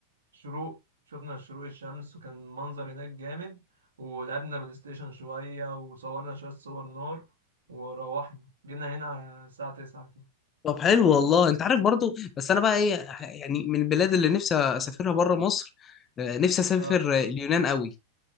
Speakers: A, on the right (about 70°); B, on the left (about 25°).
A: شروق شفنا شروق الشمس وكان منظر هناك جامد ولعبنا بلاي ستيشن شوية وصورنا شوية صور نار وروحنا جينا هنا على الساعة 9 كده
B: طب حلو والله انت عارف برضو بس انا بقى ايه يعني من البلاد اللي نفسي اسافرها بره مصر آه، نفسي اسافر
A: آه.
B: آه، اليونان قوي